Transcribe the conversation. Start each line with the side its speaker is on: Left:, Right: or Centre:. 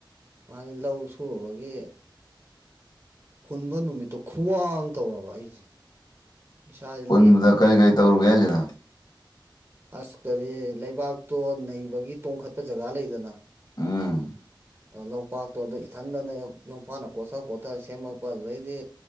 Right: ꯃꯥꯗꯤ ꯂꯧ ꯁꯨꯔꯨꯕꯒꯤ꯫ ꯍꯨꯟꯕ ꯅꯨꯃꯤꯠꯇꯣ ꯈꯨꯋꯥ ꯑꯝ ꯇꯧꯔꯕ ꯑꯩꯁꯦ ꯏꯁꯥꯁꯦ
Left: ꯍꯨꯟꯕꯗ
Right: ꯂꯦꯞꯄ ꯉꯝꯗꯕ꯫
Left: ꯀꯔꯤ <unintelligible>
Right: ꯑꯁ ꯀꯔꯤ ꯂꯩꯕꯥꯛꯇꯣ ꯅꯩꯕꯒꯤ ꯇꯣꯡꯈꯠꯄ ꯖꯒꯥ ꯂꯩꯗꯅ꯫
Left: ꯎꯝ
Right: ꯂꯣꯛꯄꯥꯛꯇꯣ ꯑꯗ ꯏꯊꯟꯗꯅ ꯅꯨꯄꯥꯅ ꯀꯣꯠꯊ ꯀꫭꯠꯊꯔ ꯁꯦꯝꯃꯛꯄ ꯑꯗꯨꯗꯩꯗꯤ꯫